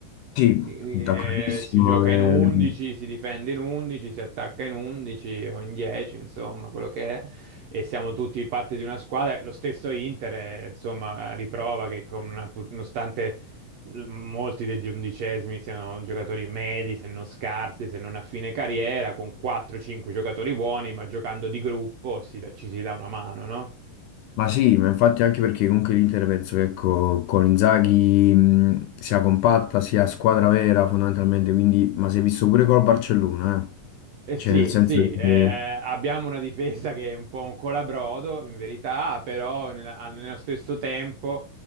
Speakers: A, on the left; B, on the right.
A: sì,
B: Eh,
A: d'accordissimo.
B: si gioca in
A: ehm,
B: 11, si difende in 11, si attacca in 11 o in 10, insomma, quello che è. E siamo tutti parte di una squadra. Lo stesso Inter, eh, insomma, riprova che con una- pur- nonostante l- molti degli undicesimi siano giocatori medi, se non scarsi, se non a fine carriera, con 4-5 giocatori buoni, ma giocando di gruppo si dà- ci si dà una mano, no?
A: Ma sì, ma infatti anche perché comunque l'Inter penso che ecco, con Inzaghi mh, sia compatta, sia squadra vera fondamentalmente, quindi, ma si è visto pure col Barcellona, eh.
B: Eh
A: Cioè
B: sì,
A: nel senso
B: sì, eh, eh,
A: che,
B: abbiamo una difesa che è un po' un colabrodo, in verità, però nella- al- nello stesso tempo,